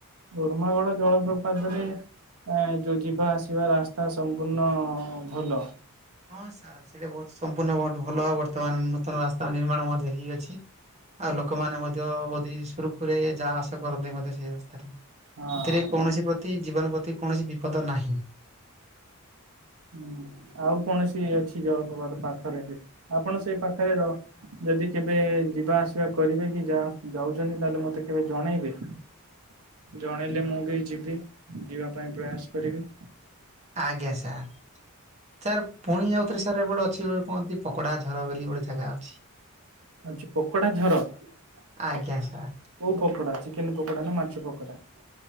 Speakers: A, on the right; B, on the right.
A: ଉର୍ମାଗଡ଼ ଜଳପ୍ରପାତ ରେ ଯଉ ଯିବା ଆସିବା ରାସ୍ତା ସମ୍ପୂର୍ଣ୍ଣ ଭଲ?
B: ହଁ ସାର୍, ସେଇଟା ବହୁତ ସମ୍ପୂର୍ଣ୍ଣ ବହୁତ ଭଲ। ବର୍ତ୍ତମାନ ନୂତନ ରାସ୍ତାର ନିର୍ମାଣ ମଧ୍ୟ ହେଇ ଅଛି। ଆଉ ଲୋକମାନେ ମଧ୍ୟ ବହୁତ ହିଁ ସୁରୁଖୁରୁରେ ଯାଆ ଆସ କରନ୍ତି ମଧ୍ୟ ସେଇ ରାସ୍ତାରେ।
A: ହଁ।
B: ସେଥିରେ କୌଣସି ପ୍ରତି ଜୀବନ ପ୍ରତି କୌଣସି ବିପଦ ନାହିଁ।
A: ହୁଁ, ଆଉ କୌଣସି ଅଛି ଜଳପ୍ରପାତ ପାଖରେ <unintelligible> ଆପଣ ସେଇ ପାଖରେ ର ଯଦି କେବେ ଯିବା ଆସିବା କରିବେ କି ଯାଉଛନ୍ତି, ତାହେଲେ ମତେ କେବେ ଜଣେଇବେ। ଜଣେଇଲେ ମୁଁ ବି ଯିବି। ଯିବା ପାଇଁ ପ୍ରୟାସ କରିବି।
B: ଆଜ୍ଞା ସାର୍। ସାର୍ ପୁଣି ଆଉଥରେ ସାର୍ ଏପଟେ ଅଛି ଗୋଟେ କୁହନ୍ତି, ପକୋଡ଼ା ଝର ବୋଲି ଗୋଟେ ଜାଗା ଅଛି।
A: ଆଚ୍ଛା ପକୋଡ଼ା ଝର?
B: ଆଜ୍ଞା
A: କୋଉ
B: ସାର୍
A: ପକୋଡ଼ା? ଚିକେନ ପକୋଡ଼ା ନା ମାଛ ପକୋଡ଼ା?